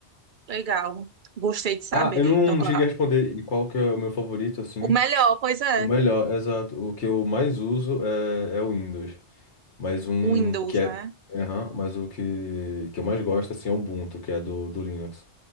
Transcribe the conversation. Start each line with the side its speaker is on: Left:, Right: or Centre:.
Right: Legal. Gostei de saber.
Left: Ah, eu não
Right: Então, tu-
Left: cheguei a responder e qual que é o meu favorito, assim.
Right: o melhor, pois é,
Left: O melhor, exato. O que eu mais uso é, é o Windows. Mas um
Right: o Windows,
Left: que é.
Right: né?
Left: Aham, mas o que, que eu mais gosto assim, é o Ubuntu, que é do, do Linux.